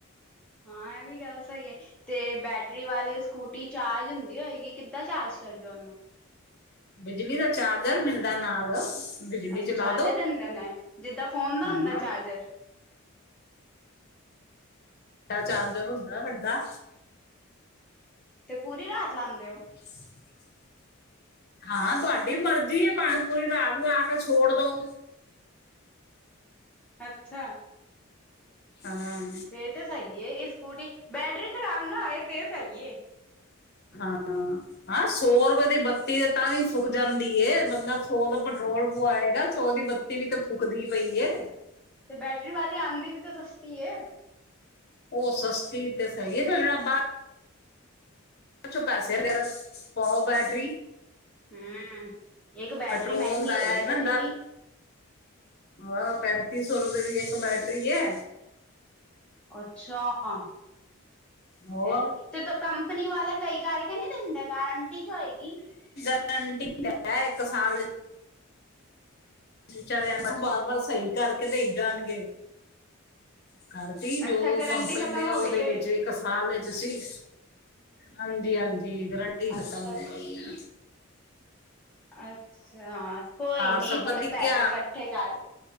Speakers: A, in the centre; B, on the left.
A: ਹਾਂ ਐ ਵੀ ਗੱਲ ਸਈ ਐ। ਤੇ ਬੈਟਰੀ ਵਾਲੀ ਸਕੂਟੀ ਚਾਰਜ ਹੁੰਦੀ ਹੋਏਗੀ, ਕਿੱਦਾਂ ਚਾਰਜ ਕਰਦੇ ਓਨੂੰ।
B: ਬਿਜਲੀ ਦਾ ਚਾਰਜਰ ਮਿਲਦਾ ਨਾਲ। ਬਿਜਲੀ
A: ਅੱਛਾ
B: ਚ ਲਾ
A: ਚਾਰਜਰ
B: ਦੋ
A: ਦਿੰਦੇ ਨੇ, ਜਿੱਦਾਂ ਫੋਨ ਦਾ
B: ਹਾਂ
A: ਹੁੰਦਾ ਚਾਰਜਰ।
B: ਵੱੱਡਾ ਚਾਰਜਰ ਹੁੰਦਾ ਵੱਡਾ।
A: ਤੇ ਪੂਰੀ ਰਾਤ ਲਾਦੇ ਓ।
B: <inaudible> ਹਾਂ ਤੁਆਡੀ ਮਰਜ਼ੀ ਏ ਭਾਵੇ ਪੂਰੀ ਰਾਤ ਲਾ ਕੇ ਛੋੜ ਦੋ।
A: ਅੱਛਾ
B: ਹਾਂ
A: ਏ ਤੇ ਸਈ ਏ ਸਕੂਟੀ ਬੈਟਰੀ ਖ਼ਰਾਬ ਨਾ ਹੋਏ ਤੇ ਫੇਰ ਸਈ ਏ।
B: ਹਾਂ ਹਾਂ ਸੌ ਰੁਪਏ ਦੀ ਬੱਤੀ ਤੇ ਤਾਂ ਵੀ ਫੂਕ ਜਾਂਦੀ ਏ, ਬੰਦਾ ਸੌ ਦਾ ਪੈਟਰੋਲ ਪਵਾਏਗਾ ਸੋ ਦੀ ਬੱਤੀ ਵੀ ਤੇ ਫੁਕਦੀ ਪਈ ਏ।
A: ਤੇ ਬੈਟਰੀ ਵਾਲੀ ਆਂਦੀ ਵੀ ਤੇ ਸਸਤੀ ਏ।
B: ਓ ਸਸਤੀ ਤੇ ਸਈ ਏ ਫੇਰ ਜੜਾ ਬਾ ਚੋਂ ਪੈਸੇ ਫੇਰ ਪਵਾਓ ਬੈਟਰੀ।
A: ਹਮ ਇੱਕ ਬੈਟਰੀ
B: ਪੈਟਰੋਲ
A: ਮਹਿੰਗੀ
B: ਦਾ
A: ਹੋਏਗੀ
B: ਐ ਨਾ
A: ਬਥੇਰੀ
B: ਦ ਵਾ ਪੈਂਤੀ ਸੌ ਰੁਪਏ ਦੀ ਇੱਕ ਬੈਟਰੀ ਏ।
A: ਅੱਛਾ--ਐ
B: ਹੋਰ
A: ਤ ਤੇ ਤੇ ਕੰਪਨੀ ਵਾਲੇ ਸਈ ਕਰਕੇ ਨੀ ਦਿੰਦੇ, ਗਾਰੰਟੀ 'ਚ ਹੋਏਗੀ।
B: ਗਰੰਟੀ ਹੈ ਇੱਕ ਸਾਲ ਵਚਾਰੇ ਏਨੂੰ
A: ਅੱਛਾ
B: ਬਾਰ ਬਾਰ ਸਈ ਕਰਕੇ ਦੇਈ ਜਾਣਗੇ। ਕਰ
A: ਅੱਛਾ
B: ਜੋ
A: ਗਰੰਟੀ
B: ਕੰਪਨੀ
A: ਖਤਮ
B: ਦੇ ਆ
A: ਹੋ ਗਈ
B: ਓਦੇ
A: ਹੋਏਗੀ
B: ਵਿੱਚ ਹਾਲ ਵਿਚ ਤੁਸੀਂ, ਹਾਂਜੀ ਹਾਂਜੀ ਗਰੰ ਟੀ
A: ਅੱਛਾ
B: ਖਤਮ ਹੋ ਗਈਆਂ।
A: ਅੱਛਾ ਕੋਈ ਨੀ
B: ਸਭ
A: ਥੋੜੇ
B: ਵਧੀਆ
A: ਪੈਸੇ ਕੱਠੇ ਕਰ,